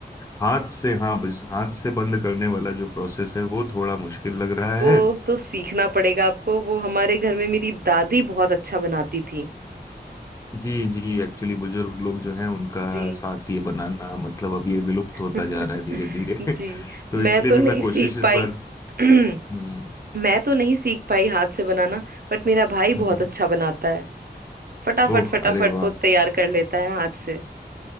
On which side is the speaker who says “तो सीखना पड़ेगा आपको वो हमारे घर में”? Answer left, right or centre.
Right